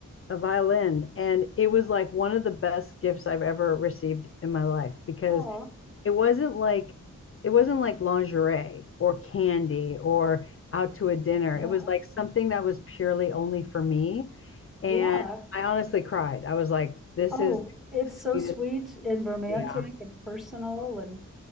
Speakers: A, on the left; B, in the centre.
A: a violin, and it was like one of the best gifts I've ever received in my life because
B: oh,
A: it wasn't like it wasn't like lingerie or candy or out to a dinner.
B: yeah,
A: It was like something that was purely only for me. And
B: yeah.
A: I honestly cried. I was like, this
B: Oh,
A: is the
B: it's
A: sweetest.
B: so sweet and romantic
A: Yeah.
B: and personal and